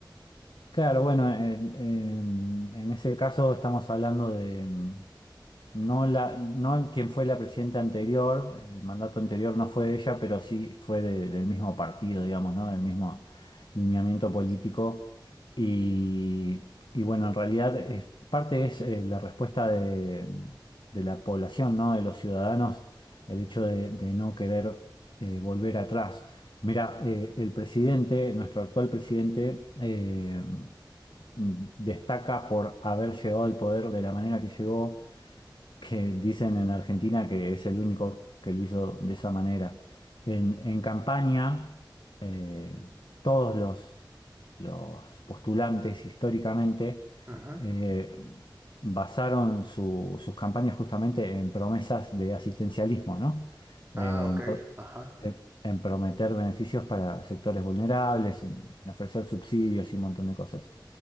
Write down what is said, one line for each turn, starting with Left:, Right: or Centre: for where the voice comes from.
Left: Claro, bueno, en, en- en ese caso estamos hablando de... No la, no quien fue la presidenta anterior, el mandato anterior no fue de ella, pero sí fue de- del mismo partido, digamos, ¿no? Del mismo lineamiento político. Y, y bueno, en realidad es, parte es eh, la respuesta de, de la población, ¿no? De los ciudadanos, el hecho de, de no querer eh, volver atrás. Mira, eh, el presidente, nuestro actual presidente, eh, destaca por haber llegado al poder de la manera que llegó que dicen en Argentina que es el único que lo hizo de esa manera. En, en campaña, eh, todos los, los postulantes históricamente
Right: Ujú.
Left: eh, basaron su- sus campañas justamente en promesas de asistencialismo, ¿no? Eh,
Right: Ah, ok,
Left: en, pro-
Right: ajá.
Left: en- en prometer beneficios para sectores vulnerables, en en ofrecer subsidios y un montón de cosas.